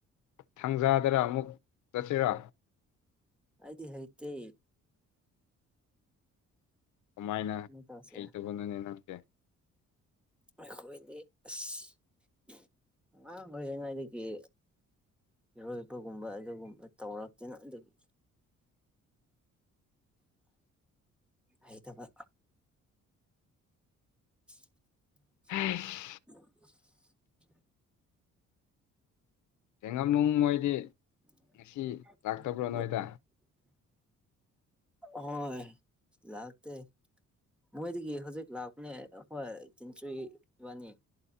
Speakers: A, on the left (about 75°); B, in the centre.
A: ꯊꯥꯡꯖꯥꯗꯔꯥ ꯑꯃꯨꯛ ꯆꯠꯁꯤꯔ
B: ꯑꯗꯤ ꯍꯩꯇꯦ
A: ꯀꯃꯥꯏꯅ
B: ꯀꯃꯥꯏ ꯇꯧꯁꯤꯔ
A: ꯍꯩꯇꯕꯅꯅꯦ ꯅꯪꯁꯦ
B: ꯑꯩꯈꯣꯏꯗꯤ ꯑꯁ ꯑꯉꯥꯡ ꯑꯣꯏꯔꯤꯉꯩꯗꯒꯤ ꯏꯔꯣꯏꯕꯒꯨꯝꯕ ꯑꯗꯨꯒꯨꯝꯕ ꯇꯧꯔꯛꯇꯦꯅ ꯑꯗꯨꯒꯤ ꯍꯩꯇꯥꯕ <inaudible>
A: ꯍꯥꯏꯁ
B: <inaudible>
A: ꯊꯦꯡꯉꯝꯅꯨꯡ ꯃꯣꯏꯗꯤ
B: <inaudible>
A: ꯉꯁꯤ ꯂꯥꯛꯇꯕ꯭ꯔꯣ ꯅꯣꯏꯗ
B: ꯍꯣꯏ ꯂꯥꯛꯇꯦ ꯃꯣꯏꯗꯒꯤ ꯍꯧꯖꯤꯛ ꯂꯥꯛꯄꯅꯦ ꯍꯣꯏ ꯆꯤꯟꯆꯨꯏ ꯏꯕꯅꯤ